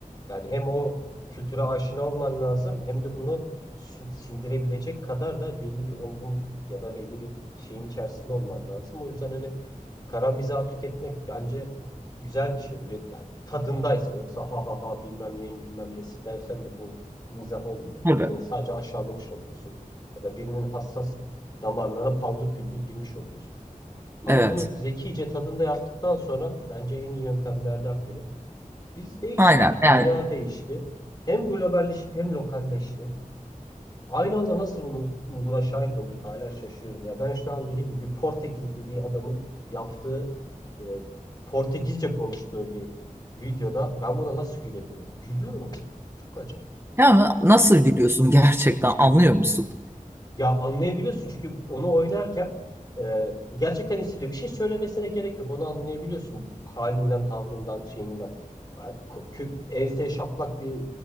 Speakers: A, on the left; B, on the right.
A: Yani hem o kültüre aşina olman lazım hem de bunu sindirebilecek kadar da belli bir olgunluk ya da belli bir şeyin içerisinde olman lazım. O yüzden hani kara mizahı tüketmek bence güzel bir şey. Üret yani tadındaysa yoksa ha ha ha bilmem neyin bilmem nesi dersen de bu mizah olmuyor.
B: Tabii.
A: Birini sadece aşağılamış oluyorsun ya da birinin hassas damarlarına paldır küldür girmiş oluyorsun. Ama
B: Evet.
A: bunu zekice tadında yaptıktan sonra bence en iyi yöntemlerden biri. Biz değiştik,
B: Aynen.
A: dünya
B: Yani
A: değişti. Hem globalleşip hem lokalleşti. Aynı anda nasıl bunu, buna şahit olduk hala şaşıyorum. Ya ben şu an dediğim gibi bir Portekizli bir adamın yaptığı, e, Portekizce konuştuğu bir videoda ben buna nasıl gülebiliyorum? Gülüyorum ya. Çok acayip.
B: ama nasıl gülüyorsun gerçekten anlıyor musun?
A: Ya anlayabiliyorsun çünkü onu oynarken e, gerçekten hissediyor. Bir şey söylemesine gerek yok. Onu anlayabiliyorsun halinden, tavrından, şeyinden. Ha, ko- kö- Ense şaplak bir